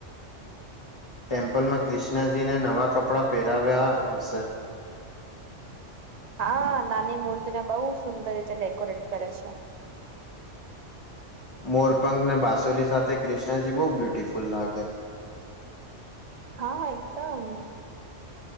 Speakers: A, on the left; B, on the right.
A: ટેમ્પલમાં ક્રિષ્ણાજીને નવા કપડાં પહેરાવ્યા હશે.
B: હા, નાની મૂર્તિને બહુ સુંદર રીતે ડેકોરેટ કરે છે.
A: મોરપંંખ ને બાસુરી સાથે ક્રિણાજી બહુ બ્યુટીફુલ લાગે.
B: હા એકદમ.